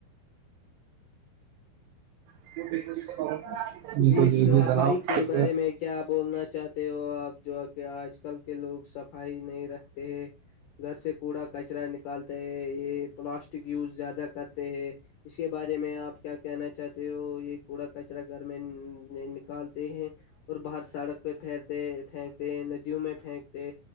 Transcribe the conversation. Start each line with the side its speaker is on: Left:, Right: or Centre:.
Right: <unintelligible>
Left: جی صفائی
Right: دیکھیے جناب
Left: کے
Right: جو
Left: بارے
Right: ہے
Left: میں کیا بولنا چاہتے ہو آپ جو کہ آج کل کے لوگ صفائی نہیں رہ گھر سے کوڑا کچرا ن نکالتے ہے یہ پلاسٹک یوز زیادہ کرتے ہے اس کے بارے میں آپ کیا کہنا چاہتے ہو یہ کوڑا کچرا گھر میں نکالتے ہیں اور باہر سڑک پہ پھیرتے پھینکتے ندیوں میں پھینکتے